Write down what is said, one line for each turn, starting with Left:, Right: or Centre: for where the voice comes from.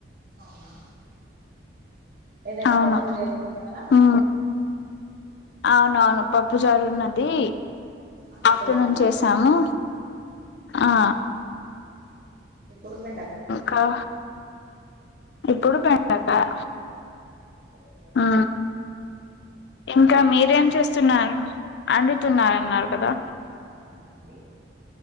Right: అవునా ఏదైనా
Left: అవును
Right: పప్పు చేసుకున్నారా
Left: ఉ అవునవును పప్పు చారున్నది
Right: అందుకోసం
Left: ఆఫ్టర్నూన్ చేసాము ఆ
Right: ఇప్పుడు బిండకాయ
Left: కా ఇప్పుడు బెండకాయ
Right: ఓహో
Left: ఆ ఇంకా మీరేం చేస్తున్నారు అండుతున్నారన్నారు కదా
Right: అవునును అంది